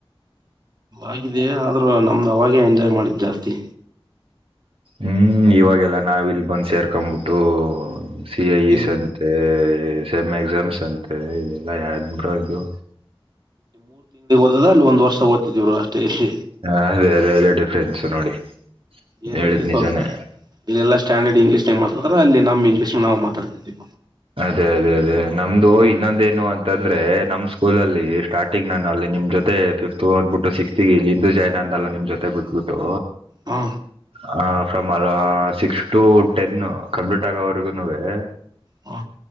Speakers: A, on the right; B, on the right.
A: ಾಗಿದೆ ಆದ್ರೂ ನಮ್ದು ಅವಾಗೇ ಎಂಜಾಯ್ ಮಾಡಿದ್ ಜಾಸ್ತಿ
B: ಹ್ಮ್ ಇವಾಗೆಲ್ಲ ನಾವಿಲ್ ಬಂದ್ ಸೇರ್ಕೊ್ಬಿಟ್ಟು ಸಿ ಐ ಈ
A: ಇಲ್ಲಿ
B: ಸಂತೆ ಸೆಮ್ ಎಕ್ಸಾಮ್ಸ್ ಅಂತೆ ಇದೆಲ್ಲ ಯ ಬ್ರ ಇದು
A: ಅ ಅಲ್ಲಿ ಒಂದ್ ವರ್ಷ ಗೊತ್ತತಿದ್ರು ಅಷ್ಟೇ ಇಲ್ಲಿ
B: ಹಾ ಅದೇ ಅದೇ ಅದೇ ಡಿಫ್ರೆನ್ಸ್ ನೋಡಿ
A: ಏನ್
B: ಹೇಳಿದ್
A: ಇಲ್ಲಿ ಸ್ವಲ್ಪ
B: ನಿಜಾನೇ
A: ಇಲ್ಲಲ್ಲಾ ಸ್ಟ್ಯಾಂಡ್ ಇಂಗ್ಲಷ್ ಮಾತಾತಾರೆ ಅಲ್ಲಿ ನಮ ಇಂಗ್ಲಷ್ ನಾವು ಮಾತಡ್ತಿದೀವಿ
B: ಅದೇ ಅದೇ ಅದೇ ನಮ್ದು ಇನ್ನೊಂದೇನು ಅಂತಂದ್ರೆ ನಮ್ ಸ್ಕೂಲಲ್ಲಿ ಸ್ಟಾರ್ಟಿಂಗ್ ನಾನು ಅಲ್ಲಿ ನಿಮ್ ಜೊತೆ ಫಿಫ್ತ್ ಓದ್ಬಿಟ್ಟು ಸಿಕ್ಸ್ತ್ಗೆ ಇಲ್ಲಿಂದು ಜಾಯ್ನ್ ಅಂದಲ್ಲ ನಿಮ್ ಜೊತೆ ಬಿಟ್ಬಿಟ್ಟು
A: ಹಾ
B: ಹ ಸ ಮರ ಸಿಕ್ಸ್ ಟು ಟೆನ್ ಕಂಪ್ಲೀಟ್ ಆಗೋವರೆಗುನುವೆ
A: ಹಾ